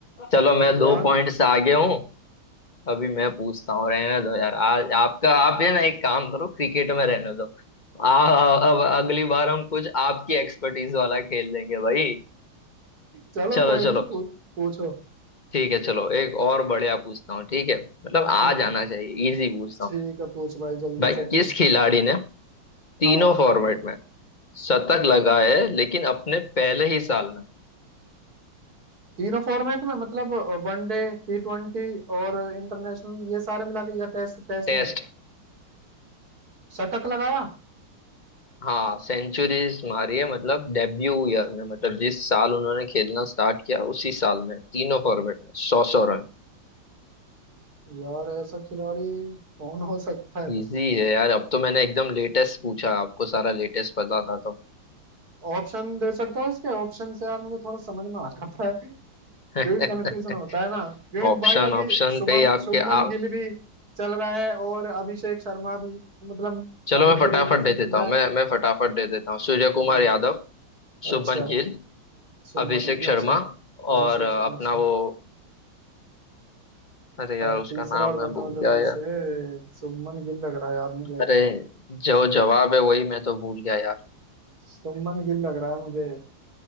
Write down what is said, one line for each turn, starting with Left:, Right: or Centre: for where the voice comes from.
Left: चलो मैं
Right: यार
Left: दो पॉइंट से आगे हूँ अभी मैं पूछता हूँ रहने दो यार आज आपका आप ये ना एक काम करो क्रिकेट में रहने दो आ, अब अगली बार हम कुछ आपकी एक्सपर्टीज वाला खेल लेंगे भाई
Right: चलो
Left: चलो
Right: कोई नहीं
Left: चलो
Right: पूछ पूछो
Left: ठीक है चलो एक और बढ़िया पूछता हूँ ठीक है मतलब
Right: हम्म,
Left: आ
Right: ठीक
Left: जाना
Right: है
Left: चाहिए इजी पूछता
Right: ठीक
Left: हूँ
Right: है पूछ भाई जल्दी
Left: भाई
Right: से
Left: किस
Right: पूछ
Left: खिलाड़ी ने तीनों
Right: हाँ
Left: फॉर्मेट में शतक लगाए लेकिन अपने पहले ही साल में
Right: तीनों फॉर्मेट में मतलब वनडे टी ट्वेंटी और इंटरनेशनल ये सारे मिला के या टेस्ट टेस्ट
Left: टेस्ट
Right: में शतक लगाया
Left: हाँ सेंचुरीज मारी है मतलब डेब्यू ईयर में मतलब जिस साल उन्होंने खेलना स्टार्ट किया उसी साल में तीनों फॉर्मेट में सौ सौ रन
Right: यार ऐसा खिलाड़ी कौन हो सकता है
Left: इजी है यार अब तो मैंने एकदम लेटेस्ट पूछा आपको सारा लेटेस्ट पता था तो
Right: ऑप्शन दे सकते हो इसके ऑप्शन से यार मुझे थोड़ा समझ में आ जाता है क्योंकि
Left: <laughs>
Right: कंफ्यूजन होता है ना क्योंकि
Left: ऑप्शन
Right: भाई अभी
Left: ऑप्शन
Right: शुभम
Left: पे ही आपके
Right: शुभमन
Left: आप
Right: गिल भी चल रहा है और अभिषेक शर्मा भी मतलब
Left: चलो
Right: अभी
Left: मैं
Right: जो
Left: फटाफट
Right: लेटेस्ट
Left: दे देता
Right: चल रहा
Left: हूँ
Right: है
Left: मैं मैं फटाफट दे देता हूँ सूर्य कुमार
Right: हम्म,
Left: यादव
Right: अच्छा
Left: शुभमन गिल
Right: शुभमन
Left: अभिषेक
Right: गिल
Left: शर्मा
Right: अच्छा अभिषेक
Left: और अ,
Right: शर्मा
Left: अपना
Right: अच्छा
Left: वो अरे यार
Right: और
Left: उसका
Right: तीसरा
Left: नाम
Right: और बताओ
Left: मैं भूल
Right: जल्दी
Left: गया यार
Right: से शुभमन गिल लग रहा है यार मुझे
Left: अरे जो जवाब है वही मैं तो भूल गया यार
Right: शुभमन गिल लग रहा है मुझे